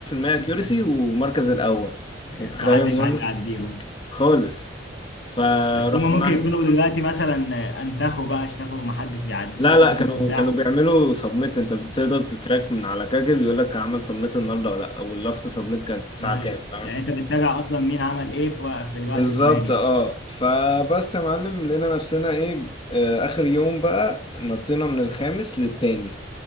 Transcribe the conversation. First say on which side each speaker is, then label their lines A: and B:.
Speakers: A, on the left; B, on the left.
A: اكيورسي
B: آه.
A: ومركز الاول
B: <laughs>
A: انت متخيل
B: محدش
A: موديل
B: عايز يعديهم
A: خالص فرحنا
B: بس هما ممكن يكونوا دلوقتي مثلا انتخوا بقى شافوا محدش بيعديهم
A: لا لا كانوا
B: وبتاع
A: كانوا بيعملوا سبميت انت بتقدر تتراك من على كاجل يقول لك عمل سبميت النهارده ولا لا واللاست سبميت كانت الساعه
B: نايس
A: كام فاهم
B: يعني انت بتتابع اصلا مين عمل ايه في وق- في الوقت
A: بالظبط
B: الفلاني
A: اه فبس يا معلم لقينا نفسنا ايه آه اخر يوم بقى نطينا من الخامس للتاني